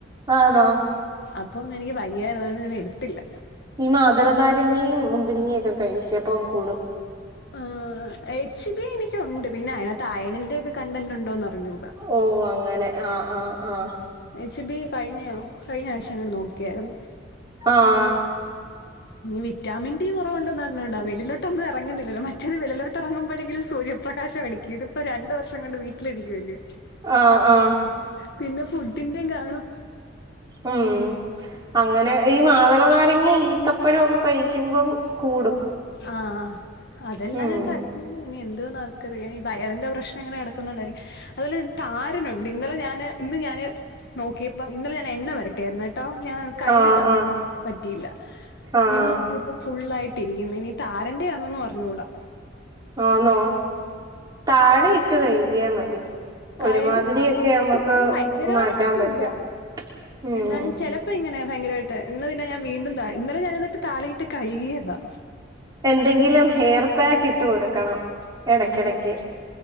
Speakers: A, on the right; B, on the left.
A: ആന്നോ.
B: അപ്പൊ ഒന്നും എനിക്ക് വയ്യായിരുന്നു അതൊണ്ട് ഞാൻ എടുത്തില്ല.
A: ഈ മാതള നാരങ്ങിയയും മുന്തിരിങ്ങയും ഒക്കെ കഴിക്ക്യ് അപ്പം കൂടും.
B: ആഹ് എച്ച് ബി എനിക്കുണ്ട്. പിന്നെ അയിനാത്ത് അയേണിന്റെ ഒക്കെ കണ്ടന്റുണ്ടോന്ന് അറിഞ്ഞുട.
A: ഓഹ് അങ്ങനെ. ആഹ് ആഹ് ആഹ്.
B: എച്ച് ബി കഴിഞ്ഞോ കഴിഞ്ഞ ആയ്ച്ചയെങ്ങാട് നോക്കിയായിരുന്നു.
A: ആഹ്
B: ഇനി വിറ്റാമിൻ ഡി കുറവുണ്ടെന്നറിഞ്ഞൂടാ. വെളിലോട്ടൊന്നും എറങ്ങുന്നില്ലല്ലോ. മറ്റത് വെളിലോട്ട് എറങ്ങുമ്പഴെങ്കിലും സുര്യ പ്രകാശം അടിക്ക്യും. ഇതിപ്പ രണ്ടു വർഷം കൊണ്ട് വീട്ടിലിരിക്കുവല്ല്യോ.
A: ആഹ് ആഹ്
B: പിന്നെ ഫുഡിൻ്റെം കാണും.
A: ഉം അങ്ങനെ. ഈ മാതള നാരങ്ങി ഈത്തപ്പഴം ഒക്കെ കഴിക്കുമ്പം കൂടും.
B: ആഹ് അതെല്ലാം
A: ഉം
B: ഞാൻ കഴിക്കിന്നേ ഇനി എന്തോന്നർ ക്കറിയാം. ഈ വയറിന്റെ പ്രശ്നം ഇങ്ങനെ കിടക്കുന്നോണ്ടായിരിക്കും. അതുപോലെ താരനുണ്ട് ഇന്നലെ ഞാന് ഇന്ന് ഞാന് നോക്കിയപ്പപ്പം ഇന്നലെ ഞാൻ എണ്ണ വരട്ടിയായിരുന്നേട്ടോ. ഞാൻ കഴുവി
A: ആഹ്
B: കളയാനും
A: ആഹ്
B: പറ്റിയില്ല.
A: ആഹ്
B: ഇന്ന് നോക്കി ഫുൾ ആയിട്ട് ഇരിക്കുന്ന്. ഇനി താരന്റെ ആന്നൊന്നും അറിഞ്ഞൂടാ.
A: ആന്നോ. താളി ഇട്ട് കഴ്കിയാ മതി. ഒരുമാതിരിയൊക്കെ
B: കഴുകുമ്പോ അങ്ങ്
A: നമ്മക്ക്
B: അങ് ഭയങ്കരമായിട്ടൊന്നു
A: മാറ്റാൻ പറ്റും
B: ഇല്ല.
A: ഉം
B: എന്നാലും ചെല പ്പ ഇങ്ങനെ ഭയങ്കരമായിട്ട്. ഇന്ന് പിന്നെ ഞാൻ വീണ്ടുംന്താ ഇന്നലെ ഞാനെന്നിട്ട് താാളിയിട്ട് കഴുകിയതാ.
A: എന്തെങ്കിലും ഹെയർ പാക്ക് ഇട്ട് കൊടുക്കണം. എടക്കെടക്ക്
B: അതാ